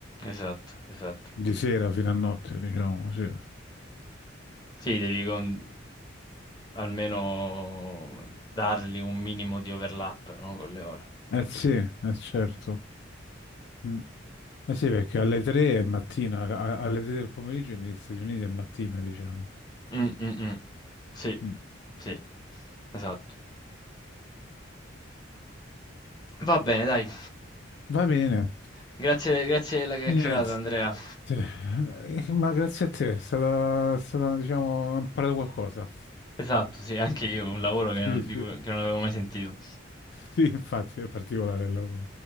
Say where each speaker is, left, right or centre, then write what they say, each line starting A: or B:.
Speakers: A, on the left (about 20°); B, on the left (about 55°).
A: Esatto, esatto.
B: di sera fino a notte, diciamo, sì.
A: Sì, devi con- almeno dargli un minimo di overlap, no, Con le ore.
B: Eh sì, eh certo. Mm. Eh sì, perché alle 3 è mattina, a- alle 3 del pomeriggio negli Stati Uniti è mattina, diciamo.
A: Mm, mm, mm. Sì,
B: Mm.
A: sì, esatto. Va bene, dai.
B: Va bene.
A: Grazie, grazie della chiacchierata,
B: Niente.
A: Andrea.
B: Eh, Ma grazie a te, è stato, è stato, diciamo, ho imparato qualcosa. <laughs>
A: Esatto, sì, anche io, un lavoro che
B: Sì,
A: non,
B: sì.
A: di cui- che non avevo mai sentito.
B: Sì, infatti, è particolare il lavoro.